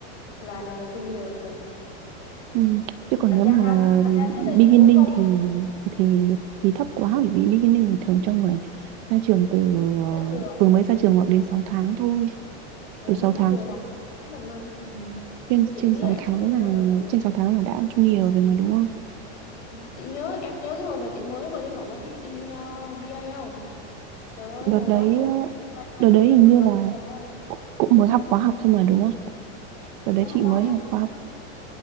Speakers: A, on the left (about 85°); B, on the right (about 35°).
A: là là là junior được rồi
B: Ừ. Chứ còn
A: thật
B: nếu mà
A: ra thật ra trước đây
B: beginning
A: chị cũng không
B: thì thì thì thấp quá bởi vì beginning thì thường cho người ra trường từ
A: mới
B: ờ,
A: ra trường
B: vừa mới
A: ừ.
B: ra trường hoặc đến 6 tháng thôi
A: ừ,
B: từ
A: mới
B: sáu
A: ra
B: tháng
A: trường hoặc có một năm ừ.
B: trên
A: chị
B: trên
A: nghĩ
B: 6
A: là em
B: tháng
A: junior
B: là
A: được rồi
B: trên sáu tháng là đã junior rồi mà đúng không
A: Ừ, chị nhớ em nhớ cái hồi mà chị mới vừa đi phỏng vấn y, y, ờ, BA không trời ơi
B: đợt
A: hồi
B: đấy
A: đó mới
B: ờ,
A: phỏng vấn BA mà
B: đợt
A: được
B: đấy hình
A: được
B: như
A: làm
B: là
A: mentor luôn.
B: cũng cũng mới học khóa học thôi mà đúng không
A: chị
B: đợt đấy
A: cũng học
B: chị
A: khoa
B: mới
A: học y
B: học
A: nha
B: khóa học